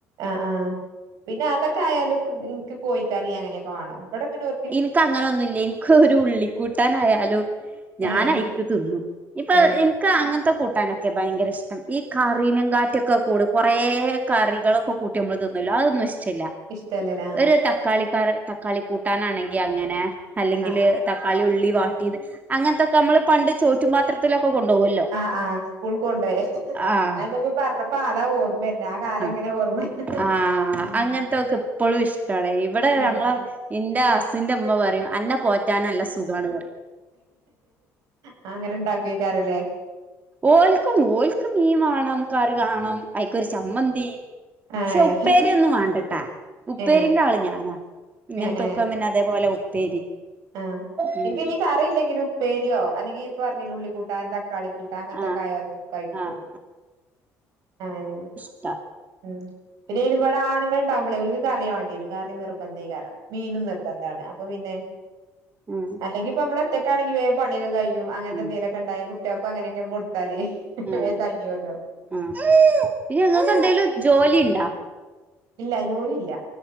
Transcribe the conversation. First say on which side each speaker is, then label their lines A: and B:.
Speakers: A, on the right; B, on the right.
A: ആഹ് ആഹ് പിന്നെ അതൊക്കെ ആയാലും ഇൻക്ക് കോഴിക്കറി അങ്ങനെയൊക്കെ വാണം ഇവിടെ പിന്നെ ഒ
B: ഇൻക്ക് അങ്ങനെ ഒന്നുല്ല ഇൻക്ക് ഒരു ഉള്ളി കൂട്ടാനായാലും, ഞാൻ
A: ഏഹ്
B: അയച്ചു തിന്നു ഇപ്പ
A: ഏഹ്
B: അത് ഇക്ക അങ്ങനത്തെ കൂട്ടാനൊക്കെ ഭയങ്കര ഇഷ്ടം ഈ കറീനെങ്കാട്ടിയൊക്കെ കൂട് കുറെറെ കറികളൊക്കെ കൂട്ടി നമ്മള്തിന്നുവല്ലോ അത് ഒന്നും ഇഷ്ടയല്ല
A: ഇഷ്ടല്ലല്ലേ ആഹ്
B: ഒരു തക്കാളിക്കറി തക്കാളി കൂട്ടാനാണെങ്കി അങ്ങനെ. അല്ലെങ്കില്
A: ആഹ്
B: തക്കാളി ഉള്ളി വാട്ടീത് അങ്ങൻത്തൊക്കെ നമ്മള് പണ്ട് ചോറ്റുംമ്പാത്ര ത്തിലൊക്കെ കൊണ്ടോവെല്ലൊ
A: ആഹ് ആഹ് സ്കൂൾ കൊണ്ടോയേ.
B: ആഹ്
A: അതന്നെ പ്പം പർഞ്ഞപ്പോ അതാ ഓർമ്മര് ന് ആ കാലങ്ങനെ
B: ആഹ്
A: ഓർമ്മ
B: ആഹ്
A: ഉം
B: അങ്ങനത്തൊക്കെ ഇപ്പളും ഇഷ്ടാണ്. ഇവടെ
A: ആഹ്
B: ഞങ്ങളെ ഇന്റെ ഹസ്സ്ന്റെ ഇമ്മ പറിം അന്നെ പോറ്റാന് ല്ല സുഖാണ്‌ റിം.
A: അതങ്ങനെ ഇണ്ടാക്ക്‌വേക്കാരല്ലേ?
B: ഓൽക്കും ഓൽക്ക് മീൻ വാണം കറി വാണം ഐക്കൊരു ചമ്മന്തി
A: ഏഹ്
B: ക്ഷെ ഉപ്പേരി ഒന്നും വാണ്ടട്ടാ. ഉപ്പേരിന്റെ
A: ഏഹ്
B: ആള് ഞാനാ. ഇങ്ങൻത്തൊക്കെ
A: ഏഹ് ഏഹ്
B: പിന്നെ അതേപോലെ ഉപ്പേരി.
A: ആഹ്
B: ഉം
A: ഇൻക്ക് ഇഞ് കറില്ലെങ്കിലും ഉപ്പേര്യോ അല്ലെങ്കി ഇപ്പ പർഞ്ഞിലേ ഉള്ളിക്കൂട്ടാന് ത ക്കാളി കൂട്ടാൻ അങ്ങൻത്തൊക്കായാലും
B: ആഹ്
A: കഴിക്കും.
B: ആഹ്
A: അങ്ങനെണ്‌.
B: ട്ട
A: ഉം. പിന്നയ്ന് ഇവടെ ആണ്ങ്ങൾണ്ടാവുമ്പളെ ഓൽക്ക് കറി വാണ്ടിയേരും. കറി നിർബന്ധേകാരം. മീനും നിർബന്ധാണ് അപ്പം പിന്നെ,
B: ആഹ്
A: അല്ലെങ്കി ഇപ്പമ്മളൊറ്റക്കാണെങ്കി വേം പണിയൊക്കെ കയും. അങ്ങനത്തെന്തേലൊക്കെ
B: ഉം
A: ഇണ്ടായാ കുട്ട്യാൾക്കും അങ്ങനൊക്കേണ്ട് കൊടുത്താലേ
B: ആഹ്
A: വേം കയ്യോല്ലോ.
B: ആഹ് പിന്നെ ഇങ്ങക്ക് എന്തേലും ജോലിണ്ടാ?
A: ഇല്ല ജോലി ഇല്ല.